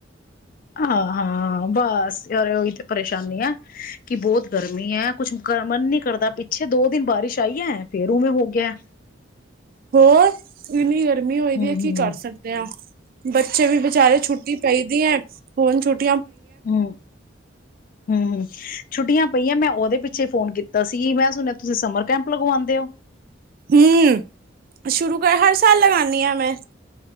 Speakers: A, on the left; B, on the right.
A: ਹਾਂ ਹਾਂ ਬਸ ਯਾਰ ਉਹੀ ਤੇ ਪਰੇਸ਼ਾਨੀ ਹੈ ਕਿ ਬਹੁਤ ਗਰਮੀ ਹੈ ਕੁਛ ਮਨ ਨੀ ਕਰਦਾ ਪਿੱਛੇ ਦੋ ਦਿਨ ਬਾਰਿਸ਼ ਆਈ ਹੈ ਫੇਰ ਉਵੇਂ ਹੋ ਗਿਆ
B: ਹੋਰ ਨ ਗ ਗਰਮੀ ਹੋਈ
A: ਹੂੰ-ਹੂੰ,
B: ਦੀ ਹੈ ਕੀ ਕਰ ਸਕਦੇ ਹਾਂ ਬੱਚੇ ਵੀ ਬਚਾਰੇ ਛੁੱਟੀ ਪਈਦੀ ਹੈ <unintelligible>
A: ਹਮ ਹਮ ਹਮ ਛੁੱਟੀਆਂ ਪਈਆਂ ਮੈਂ ਉਹਦੇ ਪਿੱਛੇ ਫੋਨ ਕੀਤਾ ਸੀ ਮੈਂ ਸੁਣਿਆ ਤੁਸੀਂ ਸਮਰ ਕੈਂਪ ਲਗਵਾਉਂਦੇ ਹੋ
B: ਹਮ ਸ਼ੁਰੂ ਕਰ ਹਰ ਸਾਲ ਲਗਾਉਾਨਦੀ ਹਾਂ ਮੈਂ